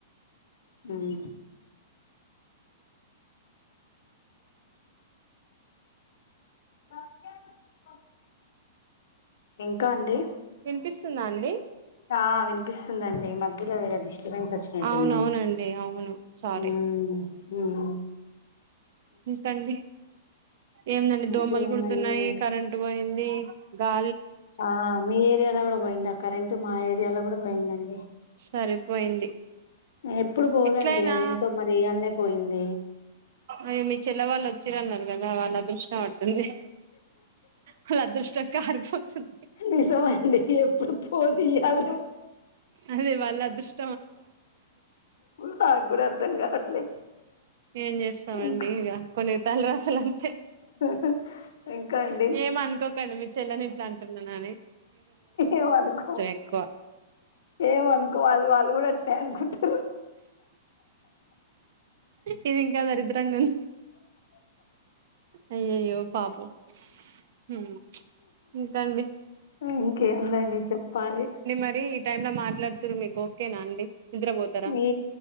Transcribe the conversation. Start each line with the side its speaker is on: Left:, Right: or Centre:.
Left: ఉం వక ఇంకా అండి
Right: వినిపిస్తుందా అండి
Left: ఆ వినిపిస్తుందండి మధ్యలో ఏదో డిస్టబెన్స్ వచ్చినట్టుంది
Right: అవునవునండి అవును సారీ
Left: ఉం ఉం
Right: ఇంకండి ఎందండి
Left: ఇంకేముందండి
Right: దోమలు కుడుతున్నాయి కరెంట్ పోయింది ది గా
Left: ఆ మీ ఏరియాలో కూడా పోయిందా కరెంట్ మా ఏరియాలో కూడా పోయిందండి
Right: సరిపోయింది
Left: ఎప్పుడు పోదండి
Right: ఎట్లయినా
Left: అది ఎంటో మర ఇయాలనే పోయింది
Right: అయ్యో మీ చెల్లె వాళ్ళు వచ్చిర అన్నారు కదా వాళ్ళ అదృష్టం అట్టుంధి ఆళ్ళ అదృష్టం కారిపోతుంది
Left: నిజం అండి ఎప్పుడు పోదు ఇయ్యాల
Right: అదే వాళ అదృష్ట
Left: నాకు కూడా అర్థం కావట్లే
Right: ఏం చేస్తామండి
Left: ఇంకా
Right: ఇక కొన్ని తలరాతలు అంతే
Left: హ ఇంకా అండి
Right: ఏమ అనుకోకండి మీ చెల్లెని ఇట్లా అంటున్నాను
Left: ఏమనుకో
Right: ఎక్కువ
Left: ఏమనుకో అదు వాళ్ళు కూడా అనుకుంటూరు
Right: ఇది ఇంకా దరిద్రం గా వుంది అయ్యయ్యో పాపం హ్మ్ ఇంకండి?
Left: ఇంకేందండి చెప్పాలి.
Right: మరి ఈ టైమ్ ల మాట్లాడుతుర్రు, మీకు ఓకేనా అండి? నిద్రపోతారా
Left: మీ